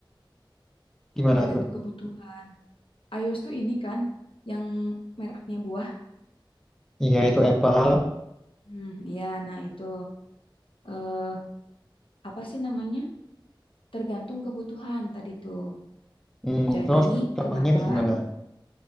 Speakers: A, in the centre; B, on the left.
A: Gimana
B: tergantung
A: tuh?
B: kebutuhan. iOS tuh ini kan, yang mereknya buah.
A: Iya itu Apple.
B: Hmm, ya, nah itu. Eh, apa sih namanya? Tergantung kebutuhan tadi tuh.
A: Hmm,
B: Jadi,
A: terus contohnya
B: kenapa?
A: kayak gimana?